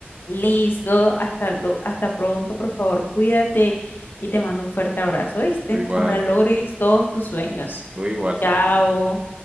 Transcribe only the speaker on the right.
Tú igual,
tú igual, señorita.